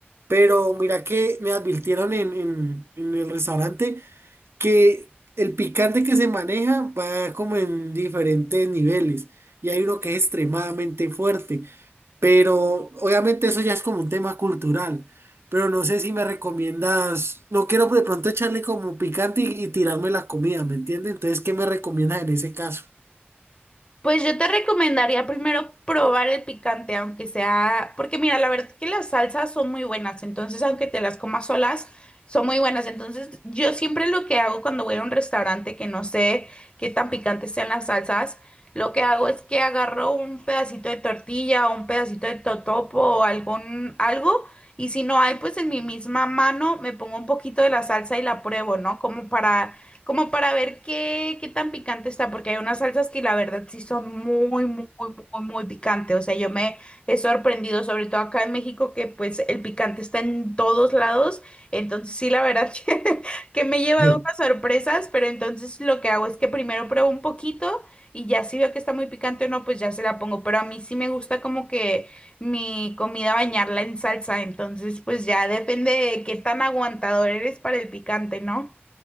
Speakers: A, on the right; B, on the left.
A: Pero mira que me advirtieron en, en, en el restaurante que el picante que se maneja va como en diferentes niveles. Y hay uno que es extremadamente fuerte. Pero obviamente eso ya es como un tema cultural. Pero no sé si me recomiendas. No quiero de pronto echarle como picante y, y tirarme la comida, ¿me entiendes? Entonces, ¿qué me recomiendas en ese caso?
B: Pues yo te recomendaría primero probar el picante, aunque sea, porque mira, la verdad que las salsas son muy buenas, entonces aunque te las comas solas, son muy buenas. Entonces yo siempre lo que hago cuando voy a un restaurante que no sé qué tan picantes sean las salsas, lo que hago es que agarro un pedacito de tortilla o un pedacito de totopo o algún algo, y si no hay, pues en mi misma mano me pongo un poquito de la salsa y la pruebo, ¿no? Como para como para ver qué, qué tan picante está, porque hay unas salsas que la verdad sí son muy, muy, muy, muy picantes. O sea, yo me he sorprendido, sobre todo acá en México, que pues el picante está en todos lados. Entonces sí, la verdad <laughs> que, que me he
A: <laughs>
B: llevado unas sorpresas, pero entonces lo que hago es que primero pruebo un poquito y ya si veo que está muy picante o no, pues ya se la pongo. Pero a mí sí me gusta como que mi comida bañarla en salsa, entonces pues ya depende de qué tan aguantador eres para el picante, ¿no?